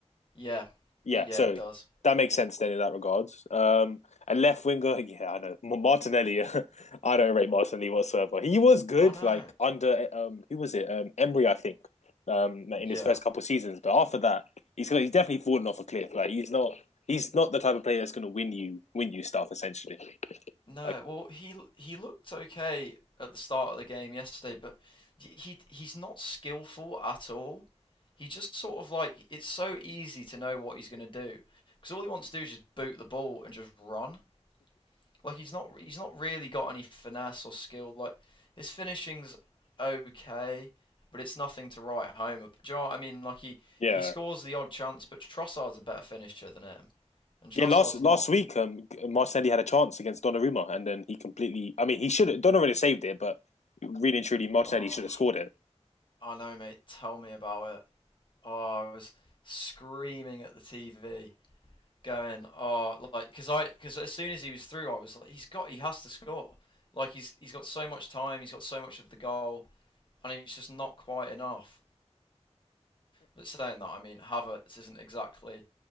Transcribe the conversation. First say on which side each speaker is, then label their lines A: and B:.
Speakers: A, on the left; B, on the left.
A: Yeah,
B: Yeah,
A: yeah,
B: so
A: it does.
B: that makes sense then in that regards. Um, and left winger, <laughs> yeah, I know M- Martinelli. <laughs> I don't rate Martinelli whatsoever. He was good,
A: I know.
B: like under um, who was it? Um, Emery, I think. Um, in
A: Yeah,
B: his first couple of seasons, but after that, he's gonna, he's definitely fallen off a cliff. Like he's not he's not the type of player that's gonna win you win you stuff essentially.
A: no.
B: Like
A: Well, he he looked okay at the start of the game yesterday, but he he's not skillful at all. He just sort of like it's so easy to know what he's going to do because all he wants to do is just boot the ball and just run. Like he's not he's not really got any finesse or skill. Like his finishing's okay, but it's nothing to write home. ab- Do you know what I mean? Like he
B: Yeah.
A: he scores the odd chance, but Trossard's a better finisher than him, and Trossard's
B: Yeah, last last
A: not.
B: week, um, Martinelli had a chance against Donnarumma, and then he completely. I mean, he should have. Donnarumma really saved it, but really and truly, Martinelli
A: Oh,
B: should have scored it.
A: I know, mate. Tell me about it. Oh, I was screaming at the TV, going, oh, like because I because as soon as he was through, I was like, he's got he has to score. Like he's he's got so much time, he's got so much of the goal, and it's just not quite enough. But saying that, I mean, Havertz isn't exactly